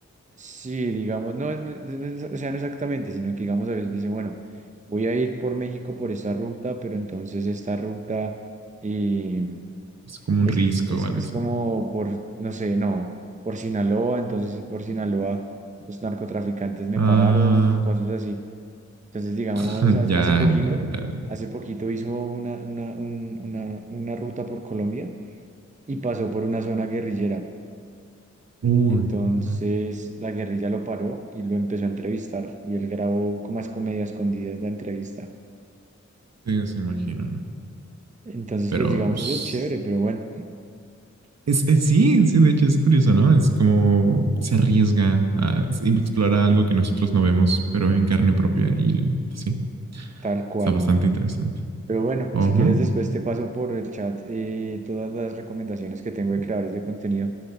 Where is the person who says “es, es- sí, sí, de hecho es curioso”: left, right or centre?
Right